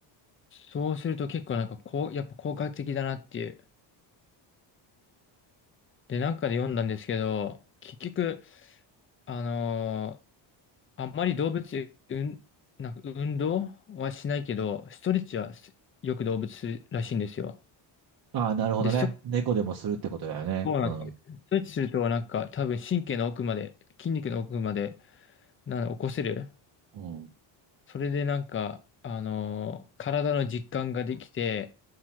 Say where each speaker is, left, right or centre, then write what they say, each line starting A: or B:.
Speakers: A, on the left (about 25°); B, on the right (about 50°).
A: そうすると結構なんかこう、やっぱ効果的だなっていう。で、なんかで読んだんですけど、結局、あのーあんまり動物、うん、なんか運動はしないけど、ストレッチはすよく動物するらしいんですよ。
B: ああ、なるほどね。
A: で、スト
B: 猫でもするってことだよね。
A: そうなんですよストレッチするとなんか多分神経の奥まで、
B: うん。
A: 筋肉の奥まで、なんだ起こせる。
B: うん。
A: それでなんか、あのー体の実感ができて、